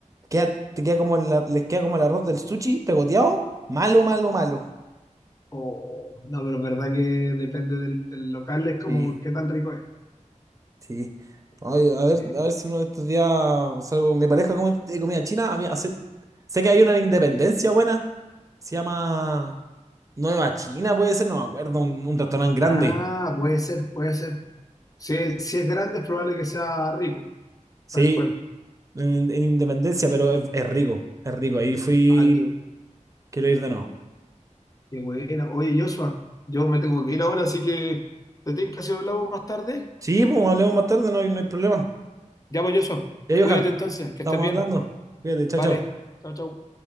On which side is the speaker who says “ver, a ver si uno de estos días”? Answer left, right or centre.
Right